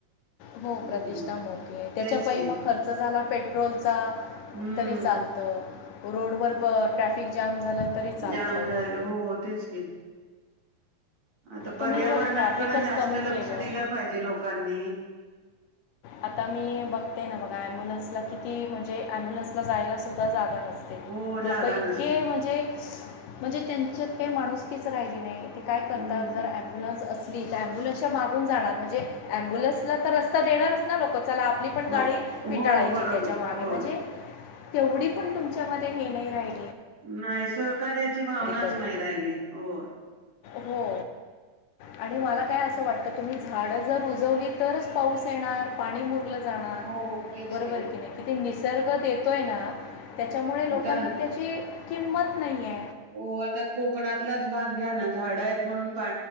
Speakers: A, on the left; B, on the right.
A: हो
B: हम्म
A: प्रतिष्ठाक मोठीये त्याच्या
B: तेच
A: प
B: की
A: मग खर्च झाला पेट्रोल
B: हम्म
A: तरी चालत रोडवर ट्राफिक जाम तरी चालतं
B: जाम झाले हो तेच ग आता
A: तुम्ही
B: पर्यावरणाकडे
A: जर ट्रॅफिकच
B: जास्त
A: कमी
B: लक्ष
A: केलं
B: दिलं पाहिजे लोकांनी
A: आता मी बघते ना बघा अमब्युलन्सला किती म्हणजे अम्ब्युलन्सला जायला सुद्धा जागा
B: हो
A: लोक
B: जागा
A: इतके
B: नसते
A: म्हणजे म्हणजे त्यांच्यात काही माणूसकीीच राहिली नाही ते काय करतात
B: हम्म
A: जर अमब्युलन्स अस अबुलनसच्या मागून जाणार म्हणजे अबुलन्सला तर रस्ता देणारच ना ल चला आपली पण
B: हो
A: गाडी
B: हो
A: पिटाळायची
B: बरोबर
A: त्याच्या मागे म्हणजे
B: हो
A: तेवढी पण तुमच्यामध्ये हे नाही राहील
B: नाही सहकार्याची भावनाच
A: कधी
B: नाही राहिली हो
A: हो आणि मला काय असं वाट आता तुम्ही झाडं जर उजवली तरच पाऊस येणार पाणी मुर जाणार
B: हो तेच
A: बरोबर की नाही किती निसर्ग येतोय ना त्याच्यामुळे लोकांना
B: आता
A: त्याची किंमत नाहीय
B: हो आता कोकणातलाच भाग घ्या ना झाडं आहेत म्हणून पा